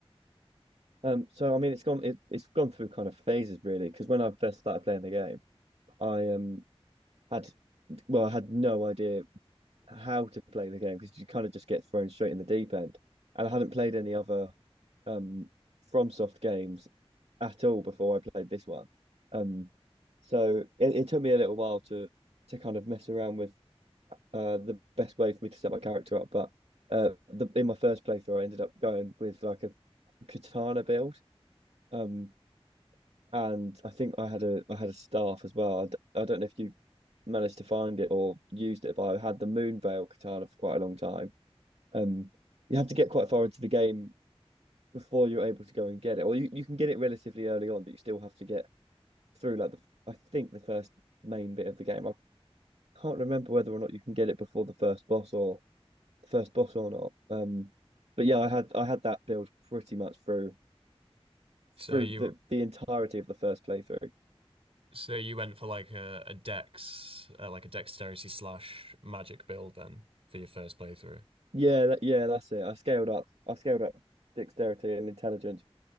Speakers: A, on the right (about 80°); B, on the right (about 65°).
A: Um, so I mean, it's gone. It, it's gone through kind of phases, really. Because when I first started playing the game, I um had well, I had no idea how to play the game because you kind of just get thrown straight in the deep end, and I hadn't played any other um FromSoft games at all before I played this one. Um, so it, it took me a little while to to kind of mess around with uh the best way for me to set my character up. But uh, the, in my first playthrough, I ended up going with like a katana build. Um And I think I had a I had a staff as well. I, d I don't know if you managed to find it or used it, but I had the Moon Veil katana for quite a long time. Um, you have to get quite far into the game before you're able to go and get it, or you, you can get it relatively early on, but you still have to get through like the I think the first main bit of the game. I can't remember whether or not you can get it before the first boss or the first boss or not. Um, but yeah, I had I had that build pretty much through
B: So
A: through
B: you
A: the the entirety of the first playthrough.
B: so you went for like a, a dex uh, like a dexterity slash magic build then for your first playthrough.
A: Yeah, that, yeah, that's it. I scaled up. I scaled up dexterity and intelligence